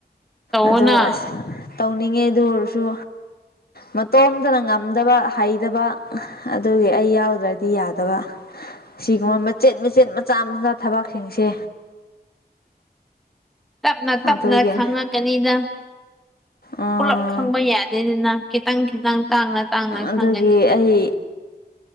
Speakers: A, in the centre; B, on the left.
A: ꯇꯧꯑꯣꯅ
B: ꯑꯗꯣ ꯑꯁ ꯇꯧꯅꯤꯡꯉꯦ ꯑꯗꯨ ꯑꯣꯏꯔꯁꯨ ꯃꯇꯣꯝꯇꯅ ꯉꯝꯗꯕ ꯍꯩꯇꯕ ꯑ ꯑꯗꯨꯒꯤ ꯑꯩ ꯌꯥꯎꯗ꯭ꯔꯥꯗꯤ ꯌꯥꯗꯕ ꯁꯤꯒꯨꯝꯕ ꯃꯆꯦꯠ ꯃꯆꯦꯠ ꯃꯆꯥ ꯃꯆꯥ ꯊꯕꯛꯁꯤꯡꯁꯦ
A: ꯇꯞꯅ ꯇꯞꯅ
B: ꯑꯗꯨꯒꯤ
A: ꯈꯪꯉꯛꯀꯅꯤꯗ
B: ꯎꯝ
A: ꯄꯨꯂꯞ ꯈꯪꯕ ꯌꯥꯗꯦꯗꯅ ꯈꯤꯇꯪ ꯈꯤꯇꯪ ꯇꯥꯡꯅ ꯇꯥꯡꯅ
B: ꯑꯗꯨꯒꯤ
A: ꯈꯪꯒꯅꯤꯗ
B: ꯑꯩ